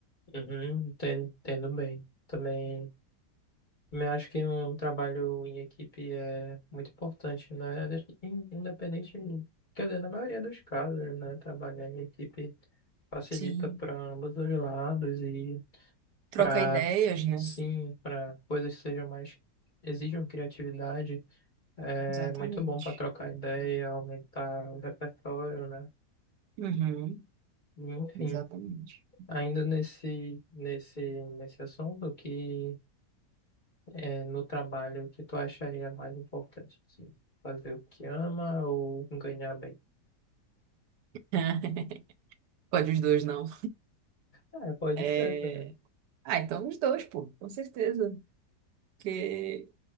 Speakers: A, on the left; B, on the right.
A: Uhum, entendo, entendo bem. Também, também acho que um trabalho em equipe é muito importante, né? In- Independente, quer dizer, na maioria dos casos, né? Trabalhar em equipe facilita
B: Sim.
A: para ambos os lados e
B: Troca
A: para,
B: ideias, né?
A: sim, para coisas que sejam mais, exijam criatividade, é
B: Exatamente.
A: muito bom para trocar ideia, aumentar o repertório, né?
B: Uhum,
A: Enfim.
B: exatamente.
A: Ainda nesse, nesse, nesse assunto, que é no trabalho o que tu acharia mais importante? Sim. Fazer o que ama ou ganhar bem?
B: <laughs> Pode os dois, não.
A: É, pode
B: É,
A: ser também.
B: Ah, então os dois, pô, com certeza. Porque